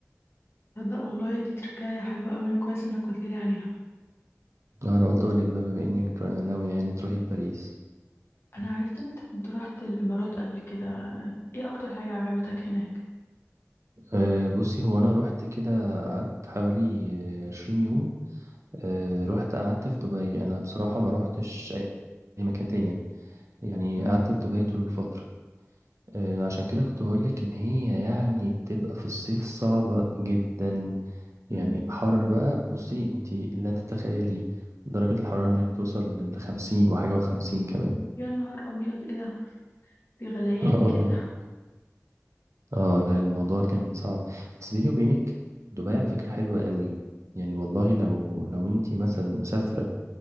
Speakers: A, on the left; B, on the right.
A: تصدق والله دي تركاية حلوة أوي كويس إنك قلت لي عليها
B: آه، أنا قلت أقولك بقى بما إنك تر- ناوية يعني تروحي باريس
A: أنا عرفت إن أنت كنت رحت الإمارات قبل كده إيه أكتر حاجة عجبتك هناك
B: آه، بصي هو أنا روحت كده قعدت حوالي آه، عشرين يوم آه، رحت قعدت في دبي انا بصراحه ما روحتش اي أي مكان تاني يعني يعني
A: مم.
B: قعدت في دبي طول الفتره آه، عشان كده كنت بقول لك ان هي يعني بتبقى في الصيف صعبه جدا يعني
A: مم.
B: حر بقى بصي انتي لا تتخيلي درجه الحراره انك توصل لخمسين وحاجه وخمسين كمان
A: يا نهار أبيض إيه ده في غليان
B: <laughs> اه
A: كده
B: والله اه لا الموضوع كان صعب بس بيني وبينك دبي
A: مم.
B: على فكره حلوه قوي يعني والله لو لو انتي مثلا مسافره